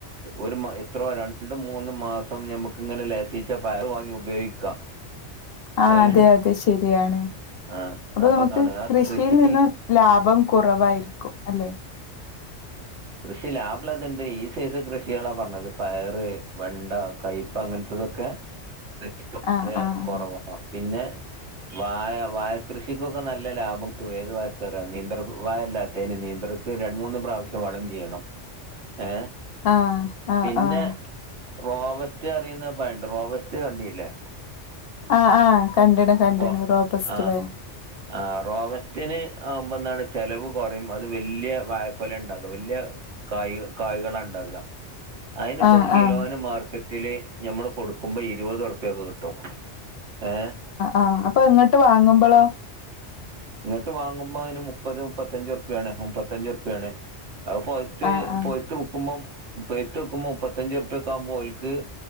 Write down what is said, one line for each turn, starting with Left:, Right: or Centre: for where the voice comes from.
Right: ഒരു മ എത്രോ രണ്ട് മൂന്ന് മാസം ഞമ്മുക്ക് ഇങ്ങനെ ലേസിച്ചെ പയർ വാങ്ങി ഉപയോഗിക്കാം.
Left: ആ
Right: ഏഹ്
Left: അതെ അതെ ശെരിയാണ്,
Right: ആ
Left: അപ്പോ
Right: അപ്പൊ
Left: നമുക്ക്
Right: അതാണ് ആ
Left: കൃഷിയിൽ
Right: കൃഷി
Left: നിന്ന് ലാഭം കുറവായിരിക്കും അല്ലെ?
Right: കൃഷി ലാഭള്ളത് ഇണ്ട്, ഈ സൈസ് കൃഷികളാ പറഞ്ഞത് പയറ്, വെണ്ട, കൈപ്പ അങ്ങനത്ത അതൊക്കെ <unintelligible>
Left: ആഹ്
Right: ക്കെ
Left: ആഹ്
Right: കൊറവാ പിന്നെ വായ വാഴ കൃഷിക്കൊക്കെ നല്ല ലാഭം ട്ടും ഏത് വായക്കറ നീന്ത്ര വായല്ലാത്തെന് നീന്ത്രക്ക് രണ് മൂന്ന് പ്രാവശ്യം വളം ചെ ചെയ്യണം, ഏ
Left: ആഹ് ആഹ്
Right: പിന്നെ
Left: ആഹ്
Right: റോവസ്റ്റ് അറിയുന്ന പയണ്ട് റോവസ്റ്റ് കണ്ടില്ലേ.
Left: ആ ആഹ് കണ്ട്ണ് കണ്ട്ണ്
Right: റോ
Left: റോബസ്റ്റ്
Right: ആ
Left: പയം.
Right: ആ റോവസ്റ്റിന് ആവുമ്പോ എന്താണ് ചെലവ് കൊറയും അത് വെല്യ വായക്കൊല ഇണ്ടാക വെല്യ കായ് കായ്കള ഇണ്ടാക. അയിനിപ്പം
Left: ആഹ്
Right: കിലോന്
Left: ആഹ്
Right: മാർക്കറ്റില് ഞമ്മള് കൊടുക്കുമ്പോ ഇരുപത് ഉർ ക്കൊക്കെ കിട്ടും, ഏ
Left: ആ അപ്പ ഇങ്ങട്ട് വാങ്ങുമ്പളോ?
Right: ഇങ്ങട്ട് വാങ്ങുമ്പോ അതിന് മു മുപ്പത് മുപ്പത്തഞ്ച് ഉർപ്യാണ്, മുപ്പത്തഞ്ച് ഉർപ്യാണ്, ആ പൊയ്ത്
Left: ആഹ് ആഹ്
Right: പൊയ്ത് വിക്കുമ്പം പഴ്ത്ത് വിക്കുമ്പോ മുപ്പത്തഞ്ചുറുപ്യക്കാകുമ്പോ ഓൽ ക്ക്